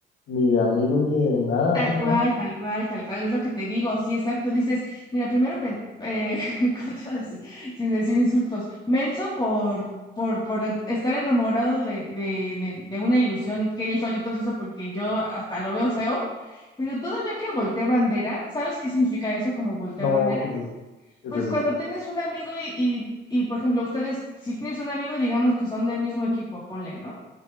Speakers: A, on the left; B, on the left.
A: ni de amigo, ni de nada
B: tal
A: ese man.
B: cual, tal cual, tal cual, es lo que te digo, sí, exacto. Dices, mira, primero, pen- eh, <laughs> ¿cómo te iba a decir? Sin decir insultos, menso por, por, por estar enamorado de, de, de, de una ilusión que él solito se hizo porque yo hasta lo veo feo, pero todavía que volteé bandera, ¿sabes qué significa eso como voltear
A: No,
B: bandera?
A: ¿qué es eso? ¿Qué
B: Pues
A: es eso?
B: cuando tienes un amigo y, y, y, por ejemplo, ustedes, si tienes un amigo, digamos que son del mismo equipo, ponle, ¿no?